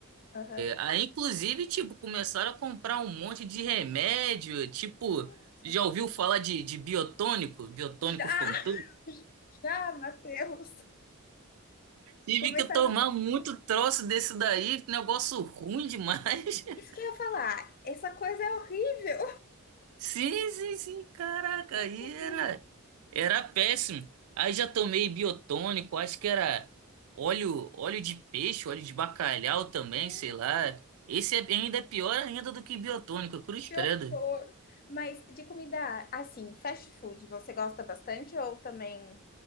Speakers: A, on the left; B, on the right.
A: Aham.
B: Aí, inclusive, tipo, começaram a comprar um monte de remédio, tipo,
A: Nossa.
B: já ouviu falar de, de biotônico, biotônico
A: Já,
B: Fontoura?
A: <laughs> já, Matheus.
B: Tive
A: Começaram
B: que tomar muito troço desse daí, negócio ruim demais. <laughs>
A: Isso que eu ia falar. Essa coisa é horrível.
B: Sim, sim, sim, caraca,
A: <laughs>
B: aí era,
A: É
B: era péssimo. Aí já tomei biotônico, acho que era óleo, óleo de peixe, óleo de bacalhau também,
A: terrível.
B: sei lá. Esse é, ainda é pior ainda do que biotônico, cruz
A: Que
B: credo.
A: horror. Mas de comida, assim, fast food, você gosta bastante ou também